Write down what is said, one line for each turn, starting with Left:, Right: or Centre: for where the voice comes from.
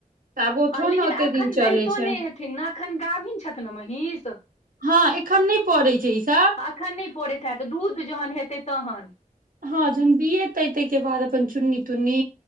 Right: तऽ आब ओ
Left: हँ
Right: थो
Left: लेकिन
Right: ने ओते
Left: एखन
Right: दिन चलै
Left: दैतो
Right: छै
Left: नहि हेथिन ने एखन गाभिन छथि ने महीष
Right: हँ एखन नहि पड़ै छै इस
Left: तखन नय पड़ैत हेतऽ दूध जहन हेतै तहन
Right: हँ झन भी एतै तैहिके बाद अपन चुन्नी तुन्नी